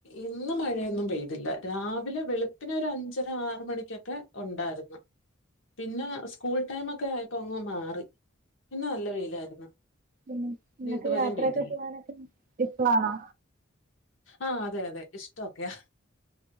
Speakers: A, on the left; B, on the right.
A: ഇന്ന് മഴയൊന്നും പെയ്തില്ല രാവിലെ വെളുപ്പിന ഒരു അഞ്ചര ആറ് മണിക്കൊക്കെ ഉണ്ടായിരുന്നു. പിന്നെ സ്കൂൾ ടൈമ് ഒക്കെ ആയപ്പോ അങ്ങ് മാറി പിന്നെ നല്ല വെയിലായിരുന്നു.
B: ഉം നിങ്ങക്ക്
A: ഇനി ഇതുവരെയും
B: യാത്രയൊക്കെ
A: പെയ്തില്ല.
B: ചെയ്യാനൊക്കെ ഇഷ്ടാണോ?
A: ആഹ് അതെ അതെ ഇഷ്ടൊക്കെയാ